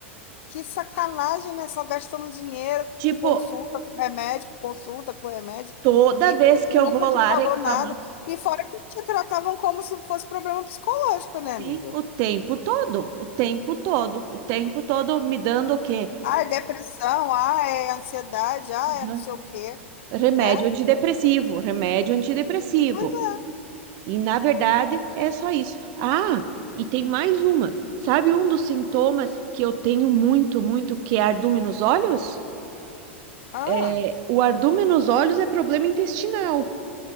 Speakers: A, on the left; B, on the right.
A: Que sacanagem, né? Só gastando dinheiro
B: Tipo,
A: com consulta, com remédio, com consulta, com remédio.
B: Toda
A: E
B: vez que
A: nunca
B: eu vou
A: te
B: lá
A: falou
B: reclamar,
A: nada. E fora que te tratavam como se fosse problema psicológico, né,
B: sim,
A: amiga?
B: o tempo todo, o tempo todo, o tempo todo me dando o quê?
A: Ah, é depressão, ah, é ansiedade, ah,
B: Aham.
A: é não sei o quê,
B: Remédio
A: né?
B: antidepressivo, remédio antidepressivo.
A: Pois é.
B: E na verdade é só isso. Ah, e tem mais uma. Sabe um dos sintomas que eu tenho muito, muito, que é ardume nos olhos?
A: Ah,
B: É, o ardume nos olhos é problema intestinal.